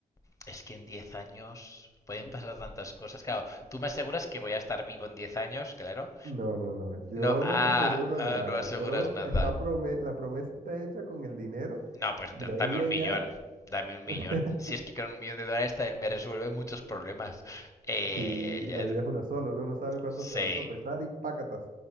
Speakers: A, on the left (about 20°); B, on the right (about 60°).
A: es que en 10 años pueden pasar tantas cosas. Claro, tú me aseguras que voy a estar vivo en 10 años, claro.
B: No, no, no, yo
A: No, ah,
B: no te aseguro
A: ah,
B: nada.
A: no aseguras
B: Yo,
A: nada.
B: está prome- la promesa está hecha con el dinero,
A: No, pues entonces
B: de ahí
A: dame un
B: a
A: millón.
B: allá,
A: Dame un millón.
B: <laughs>
A: Si es que con un millón de dólares también me resuelve muchos problemas. Eh,
B: sí, y la vida es una sola, uno no sabe cuándo
A: sí,
B: se va a tropezar y pácatas.